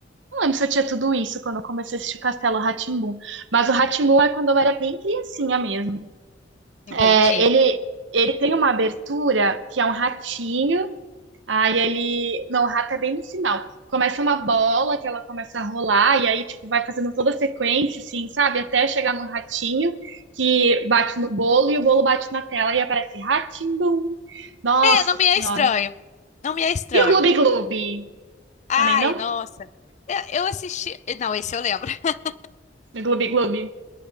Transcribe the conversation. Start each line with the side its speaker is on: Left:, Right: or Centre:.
Right: Não lembro se eu tinha tudo isso quando eu comecei a assistir o Castelo rá mas o rá é quando eu era bem criancinha mesmo.
Left: Ah,
Right: É,
Left: entendi.
Right: ele, ele tem uma abertura que é um ratinho. Aí ele. Não, o rato é bem no final. Começa uma bola que ela começa a rolar, e aí, tipo, vai fazendo toda a sequência, assim, sabe? Até chegar num ratinho que bate no bolo e o bolo bate na tela e aparece ratim-bum. Nossa
Left: É, não me é
Right: senhora.
Left: estranho. Não me é estranho.
Right: E o Gloob Gloob?
Left: Ai,
Right: Também não?
Left: nossa. Eu eu assisti. Não, esse eu lembro. <laughs>
Right: O Gloob Gloob.